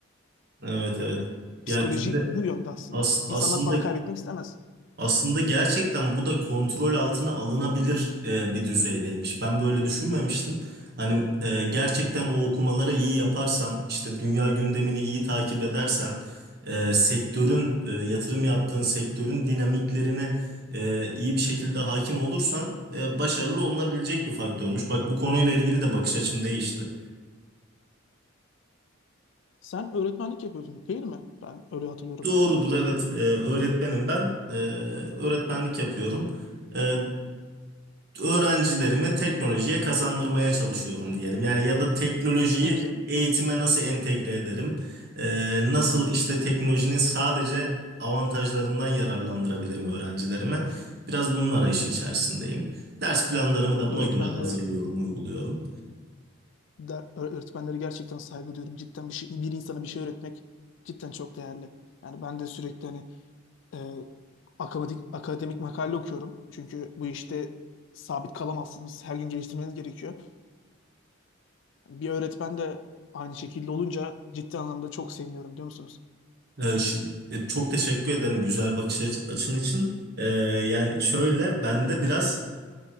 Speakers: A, on the right; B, on the left.
A: Evet evet.
B: Yani
A: Ya
B: psikoloji
A: şimdi
B: bu yönde aslında.
A: as- aslında
B: İnsanlar para kaybetmek istemez.
A: Aslında gerçekten bu da kontrol altına alınabilir e, bir düzeydeymiş. Ben böyle düşünmemiştim. Hani e, gerçekten o okumaları iyi yaparsan, işte dünya gündemini iyi takip edersen, e, sektörün e, yatırım yaptığın sektörün dinamiklerine e, iyi bir şekilde hakim olursan e, başarılı olunabilecek bir faktörmüş. Bak bu konuyla ilgili de bakış açım değişti.
B: Sen öğretmenlik yapıyordun değil mi? Ben öyle hatırlıyorum.
A: Doğrudur, evet e, öğretmenim ben E, öğretmenlik yapıyorum. E, öğrencilerimi teknolojiye kazandırmaya çalışıyorum diyelim. Yani ya da teknolojiyi
B: Ne güzel.
A: eğitime nasıl entegre ederim? Ee, nasıl işte teknolojinin sadece avantajlarından yararlandırabilirim öğrencilerime? Biraz bunun arayışı içerisindeyim. Ders planlarımı
B: Ben
A: da buna
B: öğretmenlere
A: göre hazırlıyorum, uyguluyorum.
B: der, öğretmenlere gerçekten saygı duyuyorum. Cidden bir şey, bir insana bir şey öğretmek cidden çok değerli. Yani ben de sürekli hani e, akademik, akademik makale okuyorum. Çünkü bu işte sabit kalamazsınız. Her gün geliştirmeniz gerekiyor. Hani Bir öğretmen de aynı şekilde olunca ciddi anlamda çok seviniyorum, diyor musunuz?
A: Ee, ş- e, çok teşekkür ederim güzel bakış aç- açın için. Ee, yani şöyle bende biraz